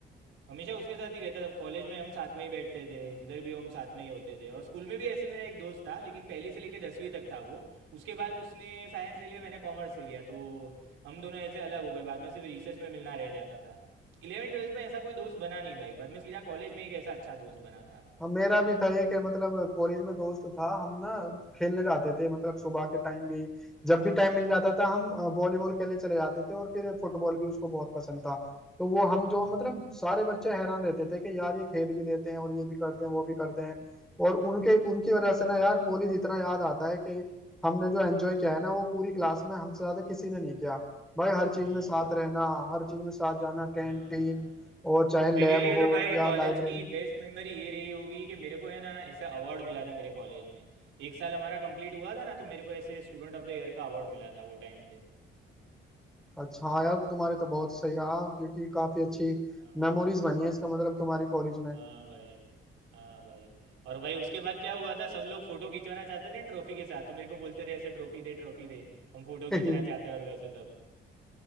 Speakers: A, on the right (about 85°); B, in the centre.
A: हमेशा उसके साथ ही रहता था कॉलेज में हम साथ में ही बैठते थे जिधर भी हो हम साथ में ही होते थे और स्कूल में भी ऐसे मेरा एक दोस्त था लेकिन पहली से लेकर दसवीं तक था वो उसके बाद उसने साइंस ले लिया मैंने कॉमर्स ले लिया तो हम दोनों ऐसे अलग हो गए बाद में सिर्फ रिसेस में मिलना रह जाता था इलेवन ट्वेल्थ में ऐसा कोई दोस्त बना नहीं भाई बाद में सीधा कॉलेज में एक ऐसा अच्छा दोस्त बना था
B: हाँ मेरा भी था एक मतलब कॉलेज में दोस्त था हम ना खेलने जाते थे मतलब सुबह के टाइम भी जब भी टाइम मिल जाता था हम वॉलीबॉल खेलने चले जाते थे और फिर फुटबॉल भी उसको बहुत पसंद था तो वो हम जो
A: हम्म,
B: मतलब सारे बच्चे हैरान रहते थे कि यार ये खेल भी लेते हैं और ये भी करते हैं वो भी करते हैं और उनके उनकी वजह से ना यार कॉलेज इतना याद आता है कि हमने जो एंजॉय किया है ना वो पूरी क्लास में हमसे ज्यादा किसी ने नहीं किया भाई हर
A: हाँ
B: चीज में साथ
A: भाई
B: रहना हर चीज में साथ जाना कैंटीन
A: हाँ हाँ
B: और चाहे
A: मेरे
B: लैब
A: लिए तो
B: हो
A: भाई
B: या
A: कॉलेज
B: लाइब्रेरी
A: की बेस्ट मेमोरी ये रही होगी कि मेरे को है ना ऐसा अवार्ड मिला था मेरे कॉलेज में एक साल हमारा कंप्लीट हुआ था ना तो मेरे को ऐसे स्टूडेंट ऑफ द ईयर का अवार्ड मिला था वो टाइम पे
B: अच्छा हाँ यार तुम्हारे तो बहुत सही रहा क्योंकि काफी अच्छी
A: हाँ भाई
B: मेमोरीज बनी है इसका मतलब तुम्हारी कॉलेज में
A: हाँ भाई हाँ भाई और भाई उसके बाद क्या हुआ था सब लोग फोटो खिंचवाना चाहते थे ट्रॉफी के साथ तो मेरे को बोलते रहे ऐसे ट्रॉफी दे ट्रॉफी दे हम फोटो
B: <laughs>
A: खींचना चाहते हैं और वैसे सब